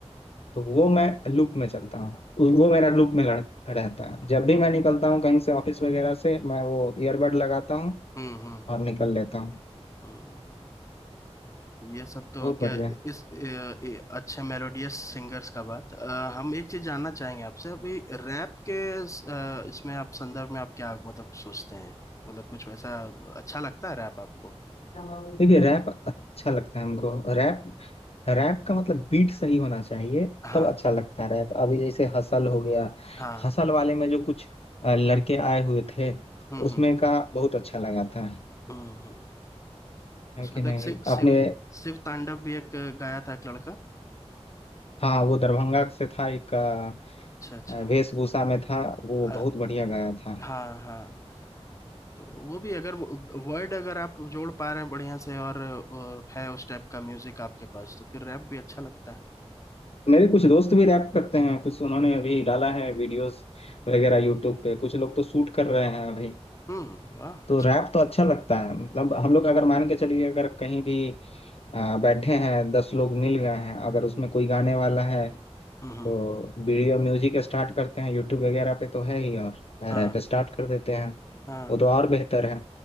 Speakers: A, on the left (about 65°); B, on the left (about 30°).
A: तो वो मैं लूप में चलता हूँ उ-
B: हम्म
A: वो मेरा लूप में रह- रहता है जब भी
B: हम्म
A: मैं निकलता हूँ कहीं से ऑफिस वगैरह से मैं वो ईयरबड लगाता हूँ
B: हम्म हम्म
A: और निकल लेता हूँ
B: हम्म। ये सब तो
A: बहुत
B: हो गया
A: बढ़िया
B: इस ए, ए, अच्छे मेलोडियस सिंगर्स का बात अ, हम एक चीज जानना चाहेंगे आपसे अभी रैप के स- अ, इसमें आप संदर्भ में आप क्या मतलब सोचते हैं मतलब कुछ वैसा अच्छा लगता है रैप आपको
A: देखिए रैप अच्छा लगता है हमको रैप रैप का मतलब बीट सही होना चाहिए
B: हाँ
A: तब अच्छा लगता है रैप अभी जैसे हसल हो गया
B: हाँ
A: हसल वाले में जो कुछ अ, लड़के आए हुए थे
B: हम्म
A: उसमें
B: हम्म
A: का बहुत अच्छा लगा था
B: हम्म हम्म।
A: है
B: उसमें
A: कि नहीं
B: तो एक शिव शिव
A: आपने
B: शिव तांडव भी एक गाया था एक लड़का
A: हाँ वो दरभंगा से था एक अ,
B: अच्छा अच्छा
A: वेशभूषा में था वो
B: अ,
A: बहुत बढ़िया गाया था
B: हाँ हाँ तो वो भी अगर वर्ड अगर आप जोड़ पा रहे हैं बढ़िया से और अ, है उस टाइप का म्यूजिक आपके पास तो फिर रैप भी अच्छा लगता है
A: मेरे कुछ दोस्त भी रैप करते हैं कुछ उन्होंने अभी डाला है वीडियोस वगैरह यूट्यूब पे कुछ लोग तो शूट कर रहे हैं अभी
B: हम्म वाह
A: तो
B: अच्छा
A: रैप तो अच्छा लगता है मतलब हम लोग अगर मान के चलिए अगर कहीं भी आ, बैठे हैं दस लोग मिल गए हैं अगर उसमें कोई गाने वाला है
B: हम्म हम्म,
A: तो वीडियो म्यूजिक स्टार्ट करते हैं यूट्यूब वगैरह पे तो है ही और
B: हाँ
A: रैप स्टार्ट कर देते हैं
B: हाँ
A: वो तो और बेहतर है